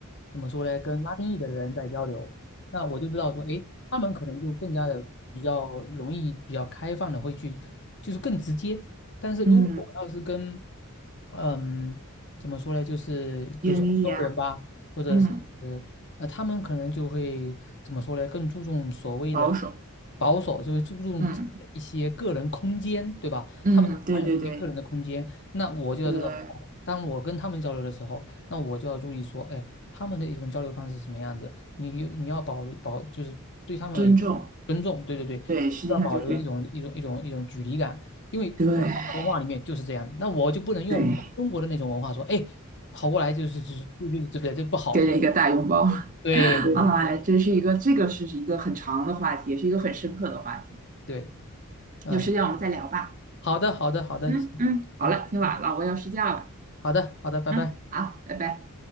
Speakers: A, on the left; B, on the right.
A: 怎么说呢，跟拉丁裔的人在交流。那我就知道说，哎，他们可能就更加的比较容易、比较开放的会去，就是更直接。但是如果我要是跟，
B: 嗯，
A: 嗯，怎么说呢，就是比如说欧洲人吧，
B: 英译呀，
A: 或者是
B: 嗯，
A: 呃，他们可能就会怎么说呢，更注重所谓的
B: 保守，
A: 保守，就是注重一些个人空间，
B: 嗯
A: 对吧？
B: 嗯，
A: 他们喜有一些个人的空间。
B: 对对对，
A: 那我就要知道，
B: 呃，
A: 哦当我跟他们交流的时候，那我就要注意说，哎，他们的一种交流方式是什么样子。你你要保留保，就是对他们而言，
B: 尊重，
A: 尊重，对对对，
B: 对，实际上就是对
A: 要保留一种一种一种一种距离感，因为在他们的文化里面就是这样那我就不能用我中国的那种文化说，
B: 对对，
A: 哎，跑过来就是就是就就对不对？这不好了。
B: 给了一个大拥抱，
A: 对对对
B: 啊！真是一个这个是一个很长的话题，也是一个很深刻的话题，
A: 对，嗯，
B: 有时间我们再聊吧。
A: 好的好的好的，
B: 嗯嗯，
A: 行，好，
B: 好了，挺晚了，
A: 拜拜
B: 我要睡觉了。
A: 好的好的，拜拜。
B: 嗯，好，拜拜。